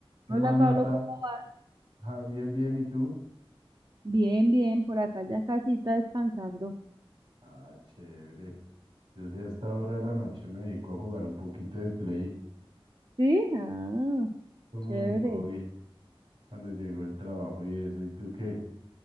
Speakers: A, on the right; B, on the right.
A: ¿Qué
B: Hola
A: más, Nata?
B: Pablo, ¿cómo vas?
A: Ah, bien, bien, ¿y tú?
B: Bien, bien, por acá ya casita descansando.
A: Ah, chévere. Yo sí a esta hora de la noche me dedico a jugar un poquito de play,
B: ¿Sí? Ah,
A: como
B: chévere.
A: mi hobby, cuando llegó el trabajo y eso. ¿Y tú qué?